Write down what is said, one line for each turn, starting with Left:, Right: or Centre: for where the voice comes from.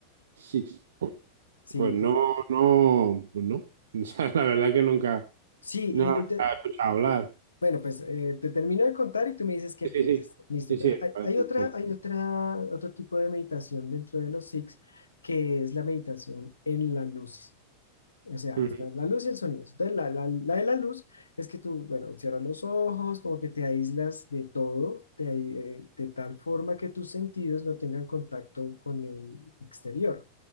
Right: SIX. Pues,
Left: Sí,
Right: pues
Left: entonces,
Right: no, no, pues no. <laughs> O sea, la verdad que nunca,
Left: sí,
Right: no
Left: y
Right: la
Left: ente-
Right: había escuchado hablar.
Left: bueno, pues eh, te termino de contar y tú me dices qué
Right: Sí,
Left: piensas.
Right: sí, sí,
Left: Listo.
Right: sí,
Left: Entonces,
Right: sí,
Left: hay,
Right: parece
Left: hay otra,
Right: muy
Left: hay otra, otro tipo de meditación dentro de los six, que es la meditación en la luz. O sea,
Right: interesante.
Left: está la luz y el sonido. Entonces, la, la, la de la luz es que tú, bueno, cierras los ojos, como que te aíslas de todo, te, ai- eh, de tal forma que tus sentidos no tengan contacto con el exterior.